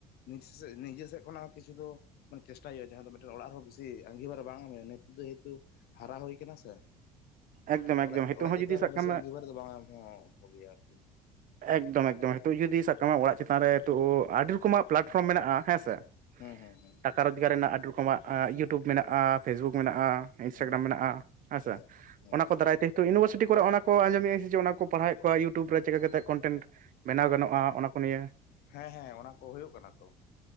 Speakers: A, on the left; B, on the right.
A: ᱱᱤᱡᱮ ᱥᱮ ᱱᱤᱡᱮ ᱥᱮᱫ ᱠᱷᱚᱱᱟᱜ ᱦᱚᱸ ᱠᱤᱪᱷᱩ ᱫᱚ ᱢᱟᱱᱮ ᱪᱮᱥᱴᱟᱭ ᱦᱩᱭᱩᱜᱼᱟ ᱾ ᱡᱟᱦᱟᱸ ᱫᱚ ᱢᱤᱫᱴᱮᱱ ᱚᱲᱟᱜ ᱨᱮᱦᱚᱸ ᱵᱤᱥᱤ ᱟᱸᱜᱤᱵᱷᱟᱨᱟ ᱵᱟᱝ ᱮᱢ ᱱᱤᱛᱚᱜ ᱫᱚ ᱡᱮᱦᱮᱛᱩ ᱦᱟᱨᱟ ᱦᱩᱭ ᱟᱠᱟᱱᱟ ᱥᱮ ᱾
B: ᱮᱠᱫᱚᱢ ᱮᱠᱫᱚᱢ
A: ᱚᱲᱟᱜ
B: ᱱᱤᱛᱚᱜ
A: ᱚᱲᱟᱜ
B: ᱦᱚᱸ
A: ᱪᱮᱛᱟᱱ
B: ᱡᱩᱫᱤ
A: ᱨᱮᱦᱚᱸ
B: ᱥᱟᱵ
A: ᱵᱮᱥᱤ
B: ᱠᱟᱜ ᱢᱮ
A: ᱟᱺᱜᱤᱵᱷᱟᱨ ᱫᱚ ᱵᱟᱝ ᱮᱢ ᱦᱚᱸ ᱠᱚᱜᱮᱭᱟ ᱟᱨᱠᱤ ᱾
B: ᱮᱠᱫᱚᱢ ᱮᱠᱫᱚᱢ ᱱᱤᱛᱚᱜ ᱡᱩᱫᱤ ᱥᱟᱵ ᱠᱟᱜ ᱢᱮ ᱚᱲᱟᱜ ᱪᱮᱛᱟᱱ ᱨᱮ ᱱᱤᱛᱚᱜ ᱟᱹᱰᱤ ᱨᱚᱠᱚᱢᱟᱜ ᱯᱞᱟᱴᱯᱷᱨᱚᱢ ᱢᱮᱱᱟᱜᱼᱟ ᱦᱮᱸ ᱥᱮ ᱾
A: ᱦᱩᱸ ᱦᱩᱸ ᱦᱩᱸ ᱾
B: ᱴᱟᱠᱟ ᱨᱚᱡᱽᱜᱟᱨ ᱨᱮᱱᱟᱜ ᱟᱹᱰᱤ ᱨᱚᱠᱚᱢᱟᱜ ᱤᱭᱩᱴᱩᱵᱽ ᱢᱮᱱᱟᱜᱼᱟ ᱯᱷᱮᱥᱵᱩᱠ ᱢᱮᱱᱟᱜᱼᱟ ᱾ ᱤᱱᱥᱴᱟᱜᱨᱟᱢ
A: ᱦᱩᱸ ᱦᱩᱸ
B: ᱢᱮᱱᱟᱜᱼᱟ ᱦᱮᱸᱥᱮ
A: ᱦᱩᱸ ᱦᱩᱸ
B: ᱚᱱᱟ ᱠᱚ ᱫᱟᱨᱟᱭ ᱛᱮ ᱛᱚ ᱤᱭᱩᱱᱤᱵᱷᱟᱨᱥᱤᱴᱤ ᱠᱚᱨᱮ ᱚᱱᱟ ᱠᱚ ᱟᱸᱡᱚᱢᱮᱫ ᱤᱧ ᱡᱮ ᱚᱱᱟ ᱯᱟᱲᱦᱟᱣᱮᱫ ᱠᱚᱣᱟ ᱤᱭᱩᱴᱩᱵᱽ ᱨᱮ ᱪᱤᱠᱟᱹ ᱠᱟᱛᱮ ᱠᱚᱱᱴᱮᱱᱴ ᱵᱮᱱᱟᱣ ᱜᱟᱱᱚᱜᱼᱟ ᱚᱱᱟᱠᱚ ᱱᱤᱭᱟᱹ ᱾
A: ᱦᱮᱸ ᱦᱮᱸ ᱚᱱᱟ ᱠᱚ ᱦᱩᱭᱩᱜ ᱠᱟᱱᱟ ᱛᱚ